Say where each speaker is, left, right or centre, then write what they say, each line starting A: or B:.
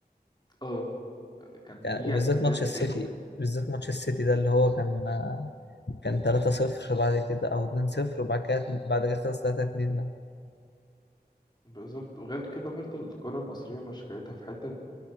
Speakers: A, on the left; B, on the left.
A: اه كان
B: يعني
A: يجي
B: وبالذات
A: عند الدقيقة
B: ماتش
A: 90
B: السيتي
A: كده
B: بالذات ماتش السيتي ده اللي هو كان كان 3-0 بعد كده او 2-0 وبعد كده بعد كده خلص 3-2 ده
A: بالظبط وغير كده برضو الكرة المصرية مشكلتها في حتة